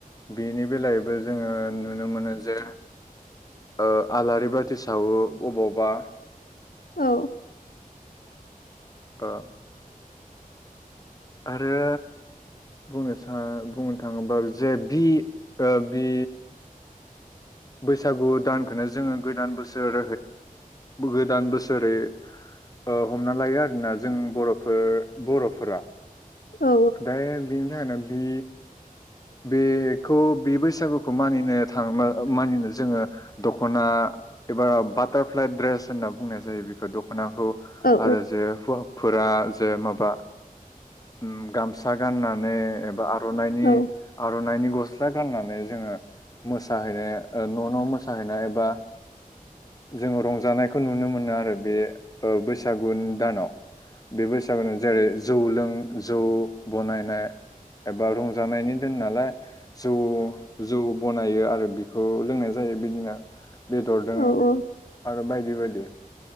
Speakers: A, on the left; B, on the left.
A: बेनि <unintelligible> जोंङो नुनो मोनो जे ओ आलारि बाथि सावो अबावबा
B: औ
A: ओ आरो बुंनो सा बुंनो थाङोबा जे बि ओ बि बैसागु दानखौनो जोंङो गोदान बोसोर <unintelligible> गोदान बोसोरै ओ हमना लायो आरोना जों बरफोर बरफोरा
B: औ
A: दा बिनि थाखायनो जि बेखौ बे बैसागुखौ मानिनो थाङोब्ला मानिनो जोंङो दखना एबा बाटारफ्लाइ ड्रेस होनना बुंनाय जायो बेखौ दख खनाखौ
B: औ
A: आरो जे हौवाफोरा ओ माबा उम गामसा गाननानै एबा रनायनि
B: औ
A: आरनाइनि गस्ला गाननानै जोंङो मोसाहैनाय न न मोसाहैनाय एबा जोंङो रंजानायखौ नुनो मोनो आरो बे ओ बैसागु दानाव। बे बैसागुआव जेरै जौ लों जौ बानायनाय एबा रंजानायनि नालाय जौ जौ बानायो आरो बिखौ लोंनाय जायो बिदिनो बेदरदों
B: औ औ
A: आ बायदि बायदि